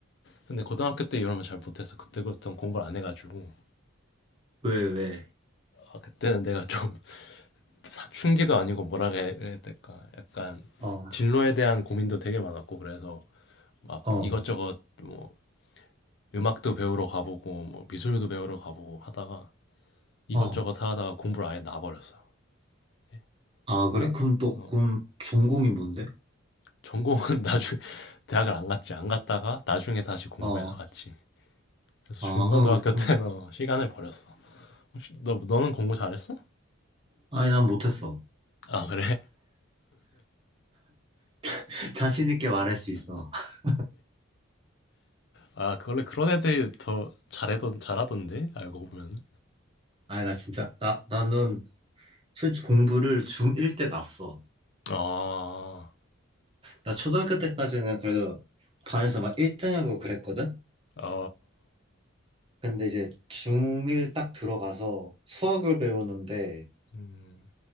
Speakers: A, on the left; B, on the right.
A: 근데 고등학교 때 이러면 잘 못했어. 그때부터는 공부를 안 해가지고.
B: 왜, 왜?
A: 아, 그때는 내가 좀 <laughs> 사춘기도 아니고 뭐라 해야 될까. 약간
B: 어,
A: 진로에 대한 고민도 되게 많았고, 그래서 막
B: 어,
A: 이것저것 뭐 음악도 배우러 가보고, 뭐 미술도 배우러 가보고 하다가 이것저것
B: 어.
A: 하다가 공부를 아예 놔버렸어. 예.
B: 아,
A: 근데,
B: 그래? 그럼 또,
A: 어.
B: 그럼 전공이 뭔데?
A: 전공은 <laughs> 나중에 대학을 안 갔지. 안 갔다가 나중에 다시 공부해서
B: 어,
A: 갔지. 그래서
B: 아,
A: 중고등학교
B: 어,
A: 때는
B: 그럼,
A: 어, 시간을 버렸어. 혹시 너 너는 공부 잘했어?
B: 아니, 난 못했어.
A: 아, 그래?
B: <laughs> 자신 있게 말할 수 있어. <laughs>
A: 아, 그 원래 그런 애들이 더 잘해던 잘하던데. 알고 보면.
B: 아니, 나 진짜, 나, 나는 솔직히 공부를 중1 때 났어.
A: 아.
B: 나 초등학교 때까지는 그래도 반에서 막 1등하고 그랬거든?
A: 아.
B: 근데 이제 중1 딱 들어가서 수학을 배우는데,
A: 음.